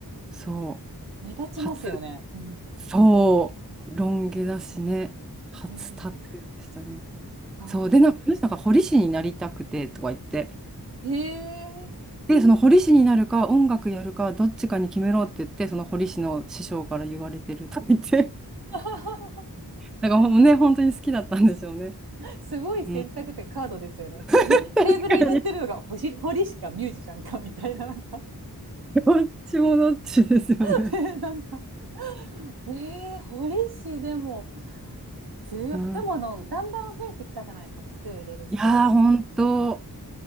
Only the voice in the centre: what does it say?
う、そう、
初、
そう、ロン毛だしね、初タトゥーでしたね。
そう、で、なんか、その人が彫り師になりたくてとか言って、
で、その彫り師になるか、音楽やるか、どっちかに決めろって言って、その彫り師の師匠から言われてるとか言って
なんかもうね、本当に好きだったんでしょうね。
うん。
確かに。
どっちもどっちですよね。
うん。
いやー、本当、